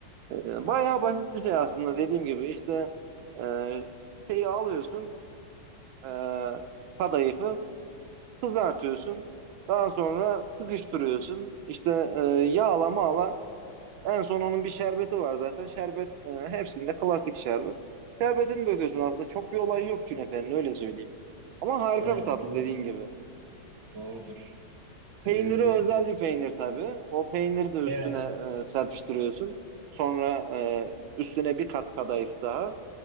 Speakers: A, on the right; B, on the right.
A: E, bayağı basit bir şey aslında dediğim gibi. İşte e, şeyi alıyorsun. E, kadayıfı kızartıyorsun. Daha sonra sıkıştırıyorsun. İşte e, yağla mağla. En son onun bir şerbeti var zaten. Şerbet e, hepsinde klasik şerbet. Şerbetini döküyorsun aslında. Çok bir olay yok künefenin öyle söyleyeyim. Ama harika
B: ha,
A: bir tatlı
B: doğrudur.
A: dediğin gibi.
B: Doğrudur.
A: Peyniri
B: Ee,
A: özel bir peynir tabii. O peyniri de üstüne
B: evet.
A: e, serpiştiriyorsun. Sonra e, üstüne bir kat kadayıf daha.